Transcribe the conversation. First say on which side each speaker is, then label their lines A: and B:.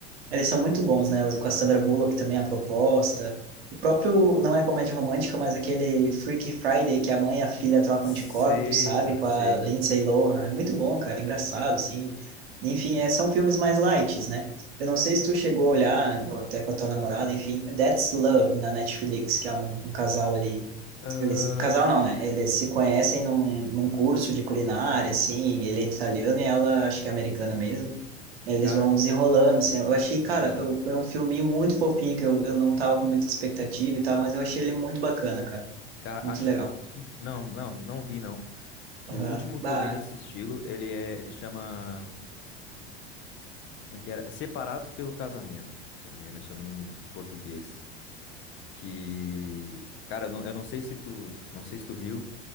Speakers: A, on the right (about 65°); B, on the left (about 35°).
A: eles são muito bons, né? Com a Sandra Bullock também, a proposta. O próprio, não é comédia romântica, mas aquele Freaky Friday que a mãe e a filha trocam
B: Sei,
A: de corpo, sabe?
B: cara,
A: Com
B: sei.
A: a Lindsay Lohan. É muito bom, cara. Engraçado, assim. Enfim, é, são filmes mais light né? Eu não sei se tu chegou a olhar, ou até com a tua namorada, enfim, That's Love na Netflix, que é um, um casal ali
B: Ah,
A: eles, casal
B: chu-
A: não, né? Eles se conhecem num, num curso de culinária, assim, ele é italiano e ela, acho que é americana mesmo. Eles
B: cara,
A: vão desenrolando, assim. Eu achei, cara,
B: aham.
A: eu, foi um filminho muito fofinho que eu, eu não tava com muita expectativa e tal, mas eu achei ele muito bacana, cara.
B: Cara,
A: Muito
B: acho
A: legal.
B: que. Não, não, não vi, não. O
A: Aham.
B: último que
A: Bah.
B: eu vi nesse estilo, ele é. Ele chama. Como é que era? Separados pelo Casamento. Se eu não me engano, esse é o nome em em português. Que. Cara, eu não, eu não sei se tu. Não sei se tu viu.